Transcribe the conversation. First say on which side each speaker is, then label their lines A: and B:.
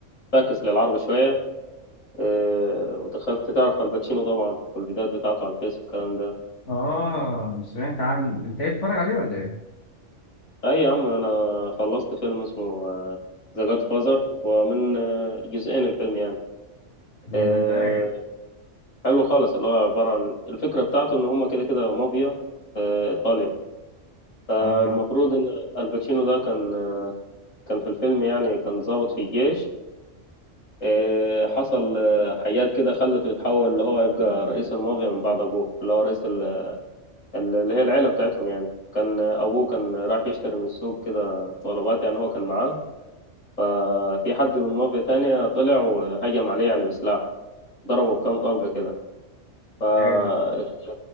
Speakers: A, on the left; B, on the left.
A: فاكس للعرب شوية أه ودخلت تعرف الباتشينو طبعا والفيديوهات بتاعته على الفيس والكلام ده
B: اه سمعت عنه انت ايه بتتفرج عليه ولا ايه؟
A: اي يا عم انا خلصت فيلم اسمه ذا جاد فازر ومن آه، جزئين الفيلم يعني
B: يا
A: آه،
B: مزاجك
A: حلو خالص اللي هو عبارة عن الفكرة بتاعته ان هما كده كده مافيا آه، ايطاليا المفروض
B: اه
A: ان الباتشينو ده كان آه، كان في الفيلم يعني كان ضابط في الجيش آه، حصل آه، حاجات كده خلته يتحول اللي هو يبقى رئيس المافيا من بعد ابوه اللي هو رئيس ال- ال- اللي هي العيلة بتاعتهم يعني كان آه، ابوه كان رايح يشتري من السوق كده طلبات يعني هو كان معاه ففي حد من مافيا تانية طلع وهجم عليه يعني بسلاح ضربه بكام طلقة كده فراح
B: ايوه